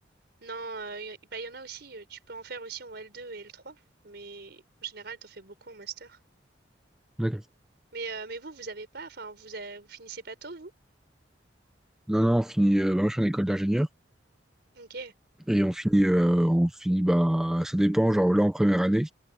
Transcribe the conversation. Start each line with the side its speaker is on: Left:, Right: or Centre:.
Right: Non, euh, y a- bah, il y en a aussi, euh, tu peux en faire aussi en L2 et L3, mais en général, t'en fais beaucoup en master.
Centre: D'accord.
Right: Mais, euh, mais vous, vous avez pas, enfin, vous, avez- vous finissez pas tôt, vous?
Centre: Non, non, on finit... euh, bah, moi, je suis en école d'ingénieur,
Right: Ok,
Centre: et on finit... euh, on finit, bah, ça dépend, genre là, en première année,